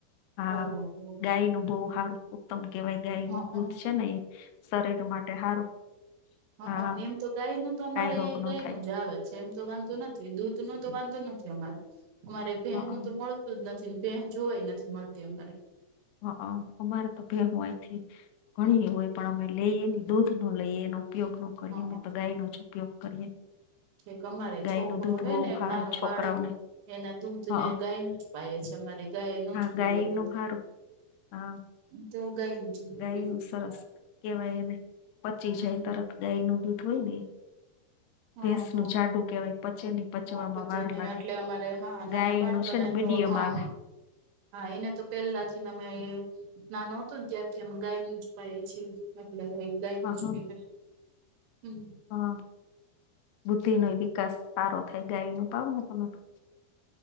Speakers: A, on the left; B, on the right.
A: હા
B: ઓહો હો.
A: ગાય નું બહુ સારું તમ કેવાય ગાય
B: હઅ
A: નું દૂધ છે ને એ શરીર માટે સારું
B: હ
A: હા
B: એમ તો ગાય નું તો અમારે
A: કઈ રોગ
B: અહીં
A: ન
B: ગાય
A: થાય
B: નું જ આવે છે એમ તો વાંધું નથી દૂધ નું તો વાંધું નથી અમાર અમારે ભેહ
A: હ
B: નું તો મળ જ નથી ભેહ જોવાઈ નથી મળતી અમારે
A: હા અમારે તો ભેહુ હોયથી ઘણી હોય પણ અમે લઈએ દૂધ નો લઈએ એનો ઉપયોગ ન કરીએ
B: હઅ
A: અમે તો ગાય નો જ ઉપયોગ કરીએ.
B: કે અમારે
A: ગાય
B: છોકરો
A: નું દૂધ
B: છે
A: બહુ
B: ને એક
A: સારું
B: નાનો
A: છોકરાઓને
B: બાળક એના દૂધ
A: હ
B: ને ગાયને એ છે મારી ગાયનુ
A: હા
B: જ પીવે
A: ગાય
B: દૂધ
A: નું હારું હા
B: તો ગાય જ દૂધ
A: ગાય
B: પીવે
A: નું
B: છે
A: સરસ
B: અમારે
A: કેવાય એને પચી
B: હમ
A: જાય
B: હમ
A: તરત ગાય નું દૂધ હોય ને
B: હા
A: ભેંસ
B: હા હા
A: ન જાડુ કહેવાય પચેની પચવામાં
B: હા પચે
A: વાર
B: ને
A: લાગે
B: એટલે અમારે હા નાના
A: ગાયનું
B: બાળકોને
A: છે ને મીડિયમ
B: તો હા
A: આવે
B: હા એને તો પેલા થીને અમે નાનુ હતું ત્યારથી અમે ગાયનુ જ પાય છીએ એટલે ગાયનું
A: હા
B: જ પીવે હમ
A: હ બુદ્ધિ નો વિકાસ સારો થાય ગાય નું પાવ ને તમે તો